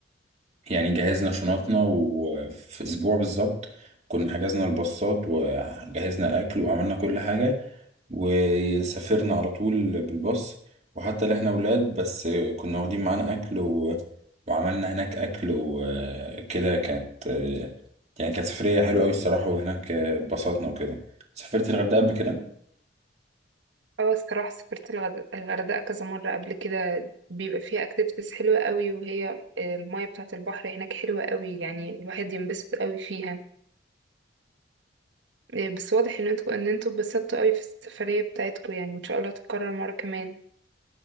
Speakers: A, on the right; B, on the right.
A: يعني جهزنا شنطنا وفي اسبوع بالظبط كنا حجزنا الباصات وجهزنا الاكل وعملنا كل حاجه وسافرنا على طول بالباص وحتى اللي احنا ولاد بس كنا واخدين معانا اكل و... وعملنا هناك اكل وكده كانت يعني كانت سفريه حلوه قوي الصراحه وهناك اتبسطنا وكده سافرت الغردقه قبل كده
B: اه الصراحة سافرت الغد... الغردقة كذا مرة قبل كده بيبقى فيها اكتيفيتيز حلوة قوي وهي المية بتاعة البحر هناك حلوة قوي يعني الواحد ينبسط قوي فيها إيه، بس واضح ان انتوا ان انتوا اتبسطتوا قوي في السفرية بتاعتكم يعني ان شاء الله تتكرر مرة كمان